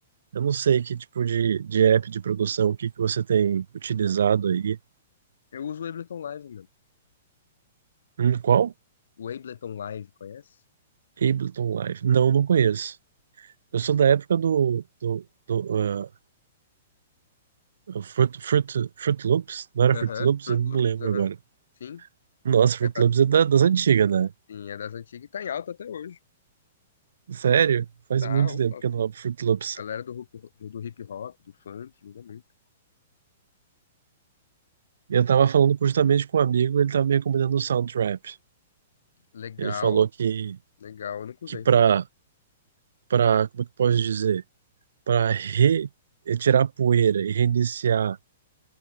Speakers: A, on the right; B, on the left.
A: Eu não sei que tipo de, de app de produção, o que que você tem utilizado aí.
B: Eu uso o Ableton Live, mano.
A: Hum, qual?
B: O Ableton Live, conhece?
A: Ableton Live. Não, não conheço. Eu sou da época do, do, do ah, Fruit, Fruit, Fruit Loops. Não era Fruit
B: Aham,
A: Loops?
B: Fruit
A: Eu não
B: Loops,
A: me lembro
B: aham.
A: agora.
B: Sim,
A: Nossa, Fruit
B: é, ba-
A: Loops é da- das antigas, né?
B: sim, é das antigas e tá em alta até hoje.
A: Sério? Faz
B: Tá,
A: muito
B: opa.
A: tempo que eu não abro Fruit Loops.
B: Galera do, hup- do, do hip hop, do funk, usa muito.
A: E eu tava falando justamente com um amigo, ele tava me recomendando o Soundtrap.
B: Legal,
A: Ele falou que,
B: legal, eu nunca usei.
A: que pra, pra, como é que eu posso dizer? Pra re, eh, tirar a poeira e reiniciar